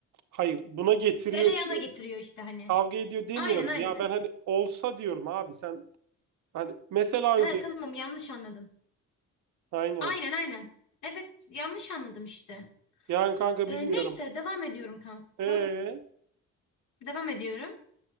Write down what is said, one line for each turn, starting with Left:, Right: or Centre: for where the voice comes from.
Right: Hayır buna getiriyor
Left: Galeyana
Right: diyorum.
Left: getiriyor işte hani.
Right: Kavga ediyor demiyorum.
Left: Aynen aynen.
Right: Ya ben hani olsa diyorum abi sen hani mesela
Left: He
Right: üzerine
Left: tamam yanlış anladım.
Right: aynen.
Left: Aynen aynen. Evet yanlış anladım işte.
Right: Yani kanka
Left: E,
Right: bilmiyorum.
Left: neyse devam ediyorum kanka.
Right: Ee.
Left: Devam ediyorum.